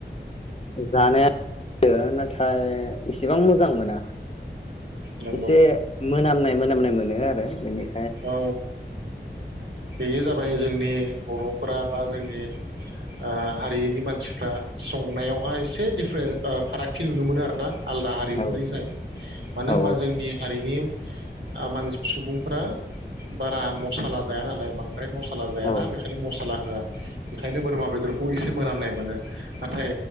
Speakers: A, on the left; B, on the right.
A: जानाया <unintelligible> नाथाय इसेबां मोजां मोना
B: नंगौ
A: एसे मोनामनाय मोनामनाय मोनो आरो बेनो
B: औ बेयो जाबाय जोंनि बर' फोरा बा जोंनि ओ हारिनि मानसि फ्रा संनायावहाय एसे दिफरे ओ एसे फारागथि नुनो मोनो आरोना आलदा हारिफोरनिसाय
A: औ
B: मानो
A: औ
B: होनबा जोंनि हारिनि आं मानसि सुबुंफोरा बारा मसाला जाया नालाय बां द्राय मसाला जायाना
A: औ
B: बेखायनो मसाला होआ बेखायनो बोरमा बेदरखौ एसे मोनामनाय मोनो नाथाय